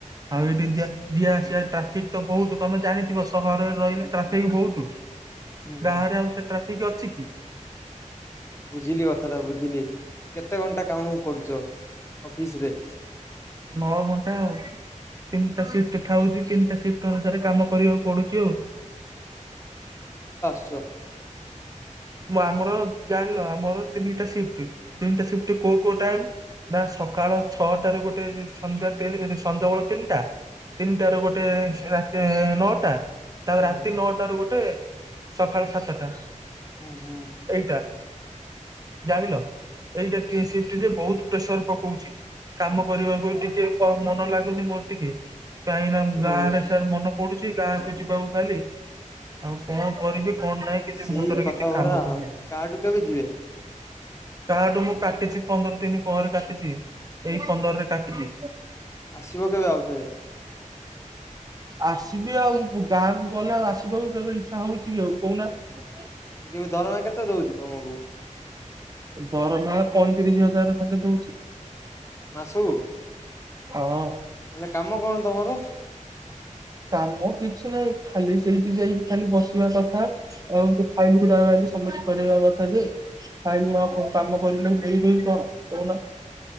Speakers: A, on the right; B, on the left.
A: ଆଉ ଏଠି ଯିଆ ଯିିଆ ଆସିବା ଟ୍ରାଫିକ ତ ବହୁତୁ ତମେ ଜାଣିଥିବ ସହର ରେ ରହିଲେ ଟ୍ରାଫିକ ବହୁତୁ।
B: ହୁଁ
A: ଗାଁରେ
B: ହୁଁ
A: ଆଉ ସେ ଟ୍ରାଫିକ ଅଛି କି।
B: ବୁଝିଲି କଥା ଟା ବୁଝିଲି। କେତେ ଘଣ୍ଟା କାମୁ କରୁଛ ଅଫିସ ରେ।
A: ନଘଣ୍ଟା ଆଉ। ତିନିଟା ସିଫ୍ଟ ଥାଉଛି ତିନିଟା ସିଫ୍ଟ ଅନୁସାରେ କାମ କରିବାକୁ ପଡୁଛି ଆଉ।
B: ଚ।
A: ମୁଁ ଆମର ଜାଣିଲ ଆମର ତିନିଟା ସିଫ୍ଟ ତିନିଟା ସିଫ୍ଟ କୋଉ କୋଉ ଟାଇମ? ନା ସକାଳ ଛଅଟା ରୁ ଗୋଟେ ସନ୍ଧ୍ୟା ତିନି ରି ରି ସଞ୍ଜ ବେଳ ତିନିଟା। ତିନିଟା ରୁ ଗୋଟେ
B: ହୁଁ
A: ରାତି ନଅଟା ତାପରେ
B: ହୁଁ
A: ରାତି ନଅଟା ରୁ ଗୋଟେ। ସକାଳ ସାତଟା
B: ହୁଁ ହୁଁ
A: ଏଇଟା। ଜାଣିଲ ଏଇଟା ଟି ଏ ସିପ୍ଟ ଯେ ବହୁତ ପ୍ରେସର ପକଉଛି କାମ କରିବାକୁ ଟିକେ। କଣ ମନ ଲାଗୁନି ମୋର ଟିକେ କାହିଁକି ନା ଗାଁ
B: ଓ
A: ଆଡେ ସିଆଡେ ମନ ପଡୁଛି। ଗାଁ କୁ ଯିବାକୁ ଖାଲି ଆଉ କଣ କରିବି କଣ ନାହିଁ କିଛି
B: ସେଇ
A: ମୁଣ୍ଡରେ
B: କଥା
A: କିଛି। କାମ
B: ପରା
A: ଦଉନି।
B: କାଠୁ କେବେ ଯିବେ।
A: କାହାଠୁ ମୁଁ କାଟିଛି ପନ୍ଦର ଦିନି ପରେ କାଟିଛି ଏଇ ପନ୍ଦର ରେ କାଟିଛି।
B: ଆସିବ କେବେ ଆଉଥରେ?
A: ଆସିବି ଆଉ ଗାଁକୁ ଗଲେ ଆଉ ଆସିବାକୁ କେବେ ଇଛା ହଉଛି କି ଆଉ କହୁନା। ହଁ <unintelligible>
B: କେବେ ଦରମା କେତେ ଦଉଛି ତମକୁ?
A: ଦରମା ପଇଁତିରିଶ ହଜାର ଖଣ୍ଡେ ଦଉଛି।
B: ମାଶୁକୁ।
A: ହଁ।
B: ହେନେ କାମ କଣ ତମର?
A: କାମ କିଛି ନାହିଁ ଖାଲି ସେଇଠି ଯାଇକି ଖାଲି ବସିବା କଥା ଆଉ ଫାଇଲ ଗୁଡା ଆଇଲେ ସ ବମିଟ କରିବା କଥା ଯେ ଫାଇଲ ନ କାମ କରିଲେ ଦେଇ ଦେବି କଣ କହୁନା।